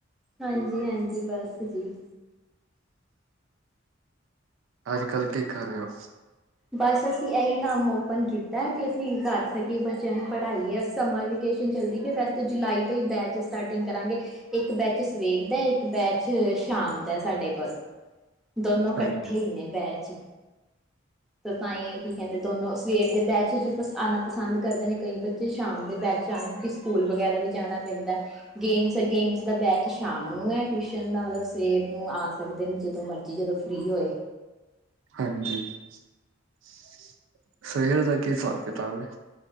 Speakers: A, in the centre; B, on the right.
A: ਹਾਂਜੀ, ਹਾਂਜੀ ਬਸ ਜੀ
B: ਅੱਜ- ਕੱਲ੍ਹ ਕੀ ਕਰ ਰਹੇ ਹੋ?
A: ਬਸ ਅਸੀਂ ਇਹੀ ਕੰਮ ਓਪਨ ਕੀਤਾ, ਕਿ ਅਸੀਂ ਕਰ ਸਕੇ ਕਿ ਬੱਚਿਆਂ ਨੂੰ ਪੜ੍ਹਾਈਏ, ਸਮਰ ਵੇਕੇਸ਼ਨ ਚੱਲਦੀ ਹੈ ਵੈਸੇ ਜੁਲਾਈ ਤੋਂ ਹੀ ਬੈਚ ਸਟਾਰਟਿੰਗ ਕਰਾਂਗੇ, ਇੱਕ ਬੈਚ ਸਵੇਰ ਦਾ, ਇੱਕ ਬੈਚ ਸ਼ਾਮ ਤੇ ਸਾਡੇ ਕੋਲ, ਦੋਨੋ
B: ਹਾਂਜੀ
A: ਇਕੱਠੇ ਹੀ ਨੇ ਬੈਚ ਤਾਂ ਹੀ, ਕੀ ਕਹਿੰਦੇ ਦੋਨੋ, ਸਵੇਰ ਦੇ ਬੈਚ ਵਿੱਚ ਆਉਣਾ ਪਸੰਦ ਕਰਦੇ ਨੇ, ਕਈ ਬੱਚੇ ਸ਼ਾਮ ਦੇ ਬੈਚ ਆਉਣ, ਕਿ ਸਕੂਲ ਵਗੈਰਾ ਵੀ ਜਾਣਾ ਪੈਂਦਾ, ਗੇਮਸ, ਗੇਮਸ ਦਾ ਬੈਚ ਸ਼ਾਮ ਨੂੰ ਹੈ, ਟਿਊਸ਼ਨ ਦਾ ਮਤਲਬ ਸਵੇਰ ਨੂੰ ਆ ਸਕਦੇ ਨੇ ਜਦੋਂ ਮਰਜ਼ੀ ਜਦੋਂ ਫਰੀ ਹੋਏ
B: ਹਾਂਜੀ, ਸਵੇਰ ਦਾ ਕੀ ਹਿਸਾਬ-ਕਿਤਾਬ ਹੈ